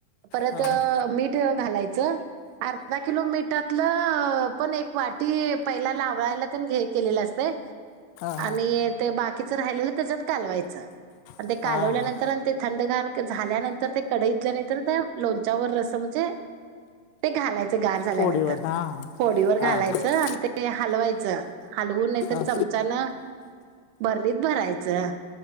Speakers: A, on the right (about 80°); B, on the left (about 80°).
A: परत
B: हां हां
A: मीठ घालायचं. अर्धा किलो मिठातलं पण एक वाटी पहिला लावळायला ते घे. केलेलं असते
B: हां
A: आणि बाकीच राहि त्याच्यात कालवायच आणि
B: हां
A: ते कालवल्यानंतर
B: हां
A: थंडार. झाल्यानंतर ते कडईतल्या नाही तरर त्या लोणच्यावर रस म्हणजे ते घालायचं गार झाल्यानंतर
B: फोडीवर हां
A: फोडीवर घालायचं
B: हां हां हां
A: आणि ते हलवायचं हलवून नाही तरर
B: हां
A: चमचान बर्लीत भरायचं.